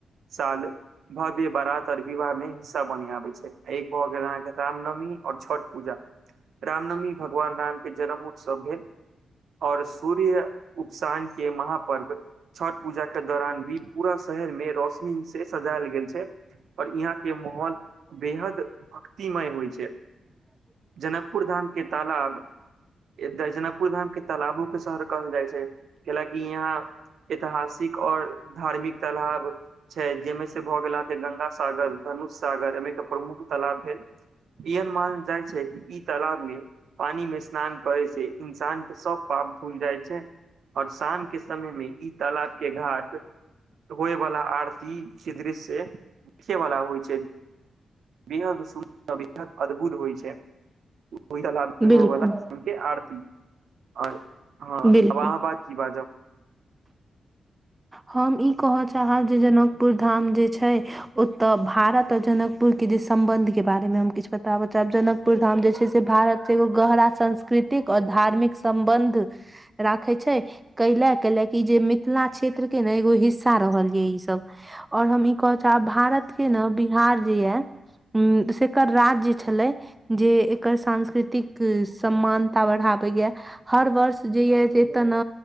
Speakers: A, on the right (about 75°); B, on the right (about 15°).
A: साल भव्य बारात विवाहमे सब बढ़िया होइ छै आ एक भऽ गेल अहाँके राम नवमी और छठ पूजा रामनवमी भगवान राम के जन्म उत्सव भेल और सूर्य उपसान के महापर्व छठ पूजा के दौरान भी पूरा शहरमे रौश नी से सजायल गेल छै और इहाँ के माहौल बेहद भक्तिमय होइ छै जनकपुर धाम के तालाब जनकपुर धाम के तालाबो के शहर कहल जाइ छै कैलाकि इहाँ एतहासिक और धार्मिक तालाब छै जेमे से भऽ गेल अहाँके गंगासागर धनुषसागर एमेके प्रमुख तलाब भेल <unintelligible> इन महान ज <unintelligible> ई तालाब में पानी में स्नान करे से इंसान के सब पाप धूल जाइ छै आओर शाम के समयमे ई तालाब के घाट होएवाला आर- सी दृश्ये देखे वला होइ छै बेहद सुन्दर बेहद अद्भुत होइ छै <unintelligible>
B: बिल्कुल
A: आरती आओर हँ
B: बिल्कुल
A: आब आहाँ की बाजब
B: हम ई कहऽ चाहब जे जनकपुर धाम जे छै ओ तऽ भारत जनकपुर के जे सम्बंध के बारे मे हम किछु बताबऽ चाहब जनकपुर धाम जे से छै से भारत एगो गहरा सांस्कृतिक और धार्मिक सम्बन्ध राखे छै कैलाए कैलाए की जे मिथिला छै क्षेत्रके ने एगो हिस्सा रहल यै ई सब आओर हम ई कहऽ चाहब भारतके ने बिहार जे या हूँ से एकर राज्य छलै जे एकर सांस्कृतिक समानता बढ़ाबैया हर वर्ष जे य से एतऽ ने